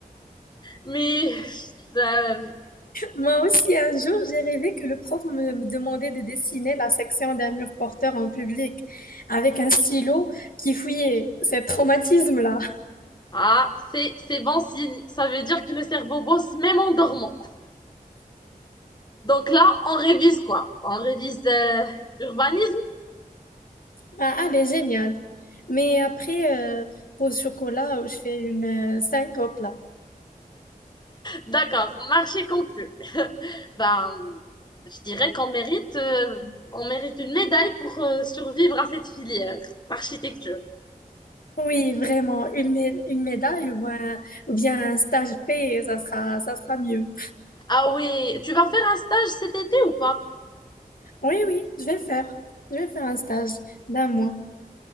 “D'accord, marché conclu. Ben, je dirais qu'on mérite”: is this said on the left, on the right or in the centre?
Left